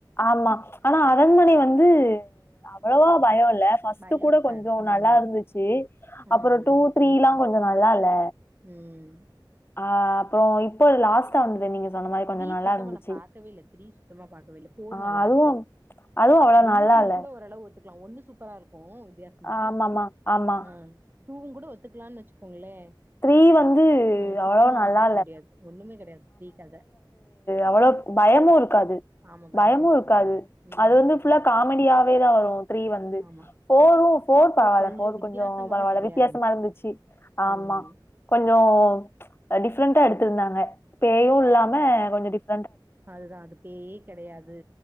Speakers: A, on the left (about 30°); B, on the right (about 25°).
A: ஆமா ஆனா அரண்மனை வந்து அவ்வளவா பயம் இல் ல ஃபர்ஸ்ட்
B: பயம்
A: கூட
B: இருக்காது
A: கொஞ்சம்
B: ம்
A: நல்லா இருந்துச்சு
B: ம்
A: அப்புறம் டு
B: ம்
A: திரி லா கொஞ் சம் நல்லா இல்ல
B: ம்
A: ஆ அப்புறம் இப்போ லாஸ்ட்டா வந்ததே நீங்க சொன்ன மாரி கொஞ்சோ
B: த்ரீ
A: நல்லா
B: சுத்தமான
A: இருந்துச்சு
B: நா பாக்கவே இல்ல த்ரீ சுத்தமா பாக்கவே இல்ல போர்
A: ஆ
B: நல்லா
A: அதுவு
B: இருக்கு
A: அதுவு அவ்வளோ
B: ஒன்னு
A: நல்லா
B: டூ
A: இல்ல
B: கூட ஓரளவு இருக்கலாம் ஒண்ணு சூப்பரா இருக்கும் வித்தியாசமா
A: ஆமாமா ஆமா
B: ஆ டூவும் கூட ஒத்துக்கலாம்னு வச்சுக்கோங்களே
A: த்ரீ வந்து
B: ஆ சுத்தமா
A: அவ்வளோ நல்லா
B: பார்க்க முடியாது ஒண்ணுமே கிடையாது பே கதை
A: அவ்வளவு பயமும் இருக்காது
B: ஆமா பயமே
A: பயமும் இருக்காது
B: ம்
A: அது வந்து ஃபுல்லா காமெடியாவே தான் வரும் த்ரீ வந்து
B: ஆமா
A: ஃபோர் ஃபோர் பரவால்ல
B: கொஞ்சோ
A: ஃபோர்
B: வித்தியாசமான
A: கொஞ்சம் பரவால்ல
B: கதையா
A: வித்தியாசமா இருந்துச்சு ஆமா
B: ம்
A: கொஞ்சம் டிஃப்ரெண்டா எடுத்து இருந்தாங்க பேயும் இல்லாம கொஞ்சம் டிப்
B: அதுதான் அது பேயே கிடையாது